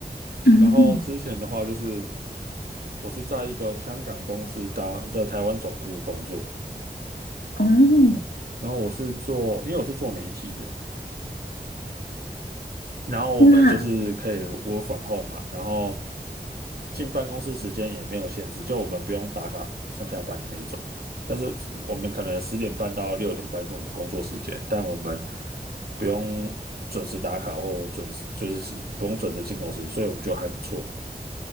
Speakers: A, on the left (about 85°); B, on the right (about 70°).
A: 嗯，
B: 然后之前的话就是我是在一个香港公司当的台湾总部工作，
A: 哦，
B: 然后我是做，因为我是做媒体的，然后我们就是可以
A: 那
B: work from home 嘛，然后进办公室时间也没有限制，就我们不用打卡上下班的那种。但是只我们可能十点半到六点半是我们工作时间，但我们不用准时打卡或准时，就是不用准时进公司，所以我们就还不错。